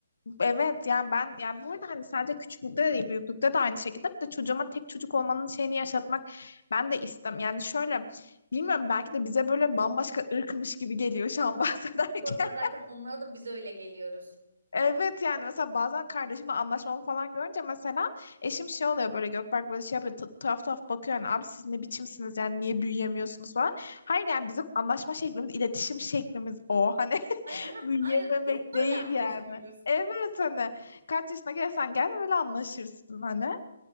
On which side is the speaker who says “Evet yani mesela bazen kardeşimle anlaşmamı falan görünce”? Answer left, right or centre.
Left